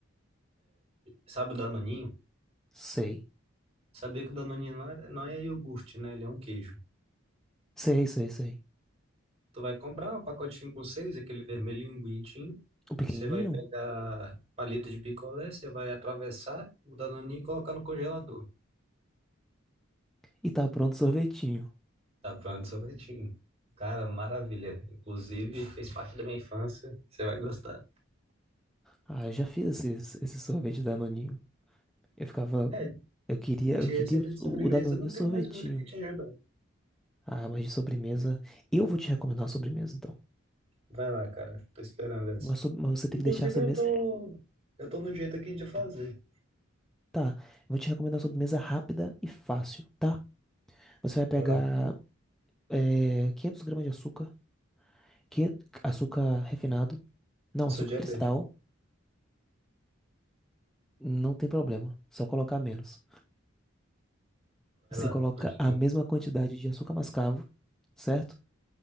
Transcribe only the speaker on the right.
Sabe o Danoninho?
Sabia que o Danoninho não é, não é iogurte, né? Ele é um queijo.
Tu vai comprar o pacotinho com seis, aquele vermelhinho bonitinho.
Você vai pegar palito de picolé, você vai atravessar o danoninho e colocar no congelador.
Tá pronto, o sorvetinho. Cara, maravilha. Inclusive, fez parte da minha infância. Você vai gostar.
É,
de
receita de sobremesa,
eu não tenho
mais muito que te ajudar.
Vai lá, cara. Tô esperando essa.
Inclusive,
eu tô,
eu tô no jeito aqui de fazer.
Vai lá.
Eu sou
diabético.
Vai
lá,
continua.